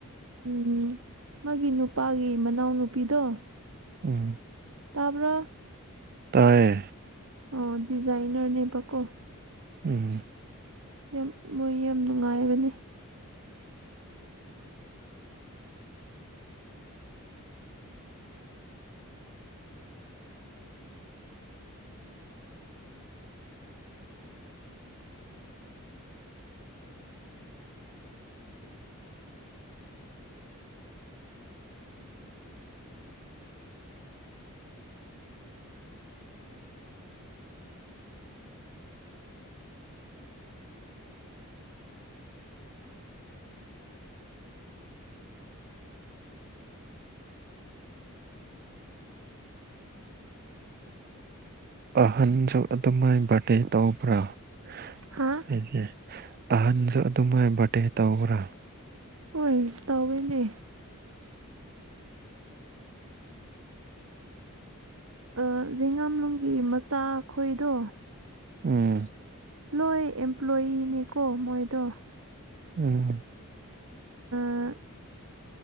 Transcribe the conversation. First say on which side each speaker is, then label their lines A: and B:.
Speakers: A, on the right; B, on the right.
A: ꯎꯝ ꯃꯥꯒꯤ ꯅꯨꯄꯥꯒꯤ ꯃꯅꯥꯎ ꯅꯨꯨꯄꯤꯗꯣ
B: ꯎꯝ
A: ꯇꯥꯕ꯭ꯔ
B: ꯇꯥꯏꯌꯦ
A: ꯑꯣ ꯗꯤꯖꯥꯏꯟꯅꯔ ꯅꯦꯕꯀꯣ
B: ꯎꯝ
A: ꯌꯥꯝ ꯃꯣꯏ ꯌꯥꯝ ꯅꯨꯡꯉꯥꯏꯕꯅꯤ
B: ꯑꯍꯟꯁꯨ ꯑꯗꯨꯃꯥꯏ ꯕꯥꯔꯠꯗꯦ ꯇꯧꯕ꯭ꯔꯥ <unintelligible>
A: ꯍꯥ
B: ꯑꯍꯟꯁꯨ ꯑꯗꯨꯃꯥꯏ ꯕꯥꯔꯠꯗꯦ ꯇꯧꯕꯔꯥ
A: ꯍꯣꯏ ꯇꯧꯋꯦꯅꯦ ꯑꯥ ꯖꯤꯉꯥꯝꯂꯨꯡꯒꯤ ꯃꯆꯥ ꯈꯣꯏꯗꯣ
B: ꯎꯝ
A: ꯂꯣꯏ ꯑꯦꯝꯄ꯭ꯂꯣꯏꯌꯤꯅꯦꯀꯣ ꯃꯣꯏꯗꯣ
B: ꯎꯝ
A: ꯑ